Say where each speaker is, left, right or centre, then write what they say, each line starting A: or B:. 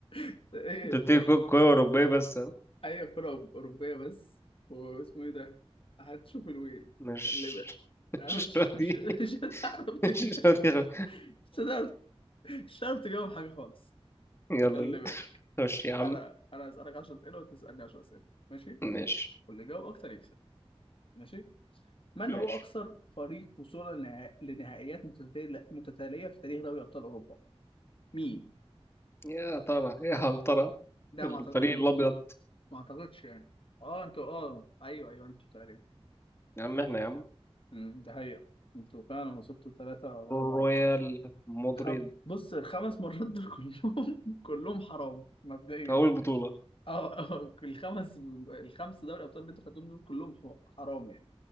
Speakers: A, on the left; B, on the left.
A: <laughs> ايه
B: انت بتيجي كو- كورة أوروبية بس ها؟
A: اي كرة اوروبية بس واسمه ايه ده هتشوف الويل
B: مش
A: اللي بقى انا
B: مش
A: مش
B: راضي
A: مش مش هتعرف تجاوب
B: مش راضي أخد-
A: مش هتعرف مش هتعرف تجاوب حاجة خالص
B: <laughs> يلا
A: خلي
B: بينا
A: بالك
B: خش يا عم
A: انا انا هسألك 10 اسئلة وتسألني 10 اسئلة ماشي
B: ماشي
A: واللي يجاوب اكتر يكسب ماشي من
B: ماشي
A: هو اكثر فريق وصولا لنها- لنهائيات متتالية متتالية في تاريخ دوري ابطال اوروبا مين
B: يا ترى يا هل ترى
A: ده
B: الفريق
A: ما أعتقد...
B: الأبيض
A: ما اعتقدش يعني اه انتوا اه ايوه ايوه انتوا تقريبا
B: يا عم احنا يا عم
A: أمم، ده هي انتوا فعلا وصلتوا ثلاثة ورا بعض
B: رويال مدريد
A: خم... بص الخمس مرات دول كلهم <laughs> كلهم حرام مبدئيا
B: في أول بطولة
A: اه آه، الخمس الخمس دوري ابطال اللي انتوا خدتهم دول كلهم ح- حرام يعني